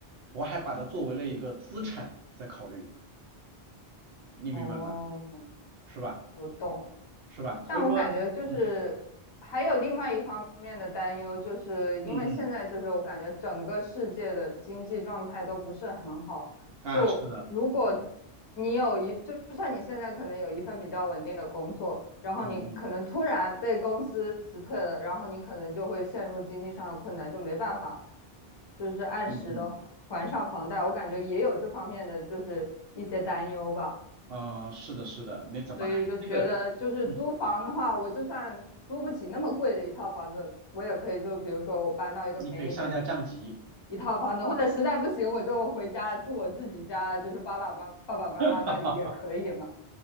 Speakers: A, on the right; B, on the left.
A: 我还把它作为了一个资产在考虑，你明白吗？
B: 哦，
A: 是吧？
B: 我懂，
A: 是吧？所以说，
B: 但我感觉就是还有另外一方面的担忧，
A: 嗯
B: 就是因为现在就是我感觉整个世界的经济状态都不是很好。
A: 嗯嗯，啊，
B: 就如果
A: 是的，
B: 你有一，就就算你现在可能有一份比较稳定的工作，然后你可能突然被公司辞退了，
A: 嗯嗯
B: 然后你可能就会陷入经济上的困难，就没办法就是按时的还上房贷。
A: 嗯嗯，
B: 我感觉也有这方面的就是一些担忧吧。
A: 啊、是的，是的，你怎么，
B: 所以就觉得就是租房的话，
A: 哎，这个，嗯，
B: 我就算租不起那么贵的一套房子，我也可以就比如说我搬到一个便宜一点的
A: 你可以上下降级，
B: 一套房子，或者实在不行我就回家住我自己家，就是爸爸妈爸爸妈妈那里也可以嘛，
A: <laughs>